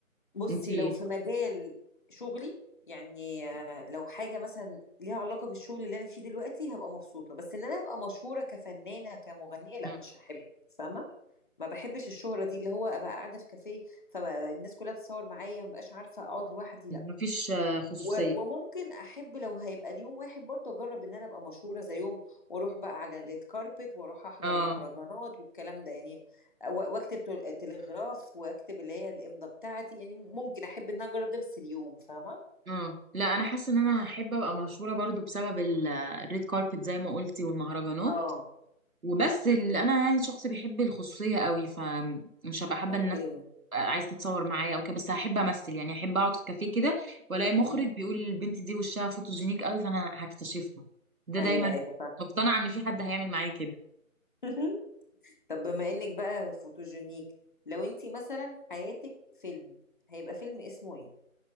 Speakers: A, on the left; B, on the right.
A: بصي
B: انتي
A: لو في مجال شغلي يعني آه، لو حاجة مثلا ليها علاقة بالشغل اللي انا فيه دلوقتي هبقى مبسوطة بس ان انا ابقى مشهورة كفنانة كمغنية لا
B: مم،
A: مش هحب فاهمة ما بحبش الشهرة دي اللي هو ابقى قاعدة في كافيه فالناس كلها بتصور معايا ما بقاش عارفة اقعد لوحدي لا
B: مفيش آه، خصوصيه
A: و... وممكن احب لو هيبقى ليوم واحد برضه اجرب ان انا ابقى مشهورة زي يوم واروح بقى على الريد كاربت واروح احضر
B: اه
A: مهرجانات والكلام ده يعني و... واكتب تل- تلغراف واكتب اللي هي الامضة بتاعتي يعني ممكن احب ان انا اجرب ده بس اليوم فاهمة
B: اه لا انا حاسه ان انا هحب ابقى مشهوره برضو بسبب ال- الريد كاربت زي ما قلتي والمهرجانات
A: اه
B: وبس اللي انا يعني شخص بيحب الخصوصيه قوي فمش هبقى حابه
A: اوكي
B: الناس عايز تتصور معايا او كده بس هحب امثل يعني احب اقعد في كافيه كده والاقي مخرج
A: امم
B: بيقول البنت دي وشها فوتوجينيك قوي فانا هكتشفها ده
A: ايوه
B: دايما
A: ايوه فاهمة
B: مقتنعه ان في حد هيعمل معايا كده
A: <laughs> طب بما انك بقى فوتوجينيك لو انت مثلا حياتك فيلم هيبقى فيلم اسمه ايه